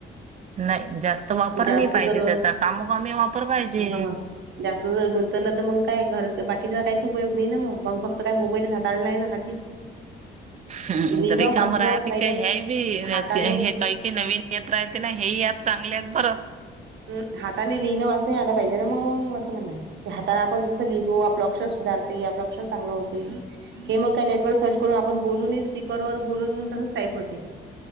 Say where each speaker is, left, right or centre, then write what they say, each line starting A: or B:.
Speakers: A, on the right; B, on the right.
A: नाही जास्त वापर
B: जास्त
A: नाही पाहिजे
B: जर
A: त्याचा कामोकामीे वापर पाहिजे.
B: ह जास्त जर गुंतल तर मग काय घरच बाकीचा काहीच उपयोग नाही ना, मग मग फक्त काय मोबाईल हाताळलाय ना हाती.
A: हम्
B: लिहिणं
A: तर रेखाम
B: वाचणं
A: राहापेक्षा
B: काही नाही
A: ह्या बी हे
B: हाताने
A: काही काही नवीन येत राहते ना हे ह ऍप चांगले आहेत बरं.
B: ह हाताने लिहिणं वाचने आला पाहिजे ना मग असं म्हणण. की हाताने आपण जसं लिहितो, आपलं अक्षर सुधारते आपलं लक्ष चांगलं होते. हे मग काय नेटवर सर्च करून आपण बोलून स्पीकरवर बोलून तसच टाईप होते.